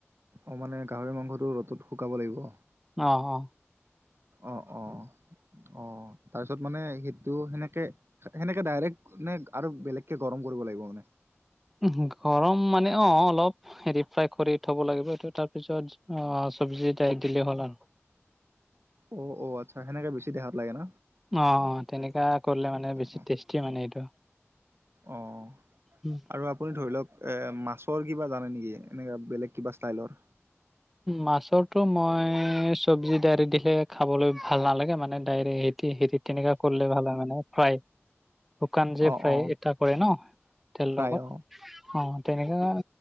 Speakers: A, on the right (about 55°); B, in the centre.
A: অ, মানে গাহৰি মাংসটো ৰ'দত শুকাব লাগিব?
B: অ', অ',
A: অ', অ', অ', তাৰপিছত মানে সেইটো সেনেকে সেনেকে ডাইৰেক্ট নে আৰু বেলেগকে গৰম কৰিব লাগিব মানে?
B: উ'ম, গৰম মানে অ, অলপ। হেৰি ফ্ৰাই কৰি থ'ব লাগিব, সেইটো তাৰ পিছত অ, চব্জি ডাইৰেক্ট দিলেই হ'ল আৰু।
A: অ', অ', আচ্ছা, সেনেকে বেছি দেহাত লাগে ন?
B: অ, তেনেককা কৰিলে মানে বেছি
A: অ
B: টেষ্টি মানে এইটো।
A: অ',
B: উম,
A: আৰু আপুনি ধৰি লওঁক এ মাছৰ কিবা জানে নেকি এনেকা বেলেগ কিবা ষ্টাইলৰ?
B: মাছৰটো মই চব্জি ডাইৰেক্ট দিলে খাবলৈ ভাল নালাগে ডাইৰেক্ট হেটি হেৰি তেনেকা কৰলে ভালে হয় মানে ফ্ৰাই শুকান যে
A: অ
B: ফ্ৰাই
A: অ
B: এটা কৰে ন তেল
A: ফ্ৰাই
B: লগত?
A: অ
B: অ', তেনেকা